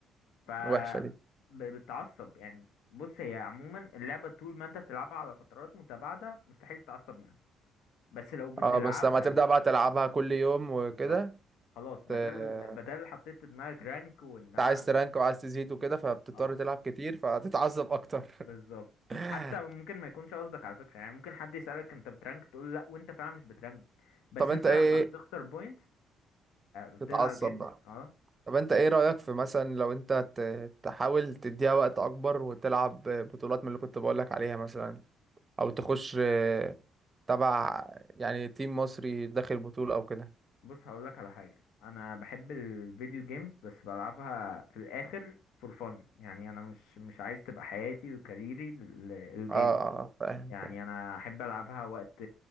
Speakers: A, on the left; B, on the right.
A: ف
B: الوحشة دي
A: ب- بتتعصب يعني بص هي عموما اللعبة طول ما انت بتلعبها على فترات متباعدة مستحيل تتعصب منها بس لو بتلعبها
B: اه بس لما تبدأ بقى تلعبها كل يوم وكده
A: بالظبط خلاص
B: ت-
A: بدل
B: انت
A: بدل حطيت في دماغك رانك وان انا
B: عايز ترانك وعايز تزيد وكده فبتضطر
A: اه
B: تلعب كتير فتتعصب اكتر
A: بالظبط
B: <laughs>
A: حتى ممكن ما يكونش قصدك على فكرة يعني ممكن حد يسألك انت بترانك تقول لا وانت فعلا مش بترانك بس
B: طب انت
A: انت
B: ايه
A: لما بتخسر بوينتس بتزعل
B: تتعصب
A: جدا
B: بقى
A: اه
B: طب انت ايه رأيك في مثلا لو انت ت- تحاول تديها وقت اكبر وتلعب بطولات من اللي كنت بقولك عليها مثلا او تخش آه، تبع يعني تيم مصري داخل بطولة او كده
A: بص هقولك على حاجة أنا بحب الفيديو جيمز بس بلعبها في الآخر فور فن يعني أنا مش مش عايز تبقى حياتي وكاريري لل- الجيم
B: اه اه آه، فاهم
A: يعني
B: فاهم
A: أنا أحب ألعبها وقت